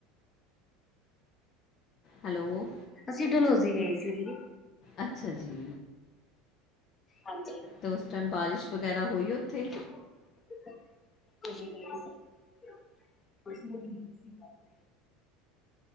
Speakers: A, on the left; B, on the left.
A: ਹੈਲੋ
B: ਅਸੀ ਡਲੋਜ਼ੀ ਗਏ ਸੀ, ਦੀਦੀ
A: ਅੱਛਾ ਜੀ
B: ਹਾਂਜੀ
A: ਤੇ ਉਸ ਟਾਈਮ ਬਾਰਿਸ਼ ਵਗੈਰਾ ਹੋਈ ਉਥੇ?
B: <inaudible>